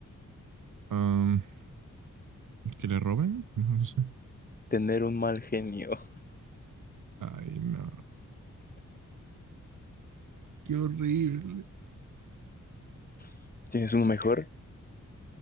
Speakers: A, on the right; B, on the left.
A: Am, ¿que le roben? No no sé.
B: Tener un mal genio.
A: Ay, no. Qué horrible.
B: <laughs> ¿Tienes uno mejor?